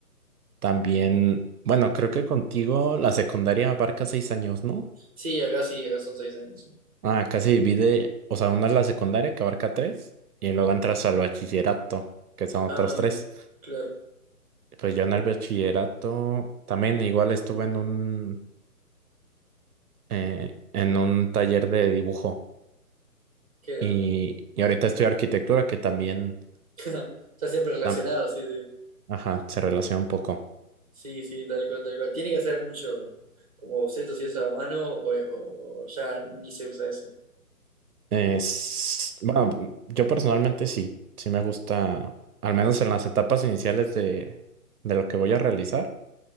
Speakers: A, on the right; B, on the right.
A: también, bueno, creo que contigo la secundaria abarca seis años, ¿no?
B: sí, acá sí, acá son seis años. sí.
A: Ah, acá se divide, o sea, una es la secundaria que abarca tres y luego entras al bachillerato, que son otros
B: Ah,
A: tres.
B: claro,
A: Pues yo en el bachillerato también igual estuve en un, eh, en un taller de dibujo
B: qué
A: y,
B: va.
A: y ahorita estudio arquitectura que también,
B: <laughs> Está siempre relacionado,
A: tam-
B: sí, sí.
A: ajá, se relaciona un poco.
B: Sí, sí, tal cual, tal cual. Tiene que hacer mucho como bocetos y eso a mano, o, o o ya ni se usa eso.
A: Es, bueno, yo personalmente sí, sí me gusta, al menos en las etapas iniciales de, de lo que voy a realizar,